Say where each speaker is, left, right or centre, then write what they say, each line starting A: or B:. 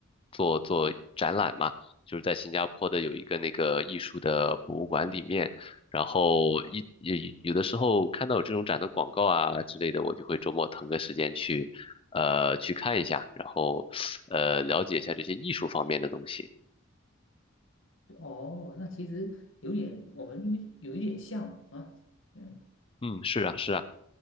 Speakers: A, on the left (about 25°); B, on the left (about 65°).
A: 做做展览嘛。就是在新加坡的有一个那个艺术的博物馆里面，然后一也有的时候看到有这种展的广告啊之类的，我就会周末腾个时间去，呃，去看一下，然后呃了解一下这些艺术方面的东西。
B: 哦，那其实有点，我们有有一点像啊，嗯
A: 嗯，是啊，是啊。